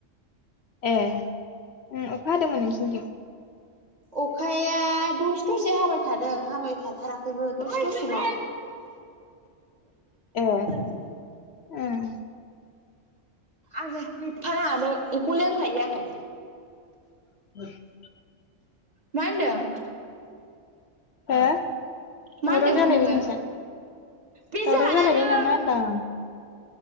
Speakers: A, on the left; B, on the right.
A: ए अखा हादोंमोन नोंसिनिथिं?
B: अखाया दसे दसे हाबाय थादों हाबाय थाथाराखैबो द'से दसेल'
A: ए
B: <inaudible>
A: उम
B: आङो फैफानाङा नों बेखौले लोंखायो आङो
A: <unintelligible>
B: मा होनदों?
A: हो
B: मा
A: दावराव
B: होनदोंमोन
A: जालायबाय
B: नोङो
A: नोंसोर
B: बे
A: दावराव
B: जोंहानानै
A: जालायबाय नामा होनदां?